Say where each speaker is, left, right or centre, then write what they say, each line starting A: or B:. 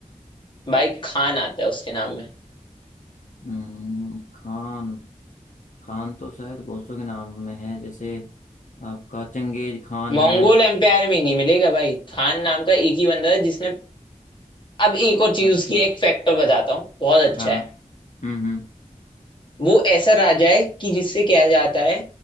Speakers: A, on the left; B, on the left.
A: भाई खान आता है उसके नाम में
B: हम्म खान खान तो शायद बहुत सौ के नाम में है जैसे आपका चंगेज खान
A: मंगोल
B: है
A: एम्पायर में नहीं मिलेगा भाई खान नाम का एक ही बंदा है जिसने अब एक और चीज
B: अच्छा
A: उसकी एक फैक्टर बताता हूँ बहुत अच्छा
B: हाँ
A: है
B: हम्म हम्म
A: वो ऐसा राजा है कि जिससे क्या जाता है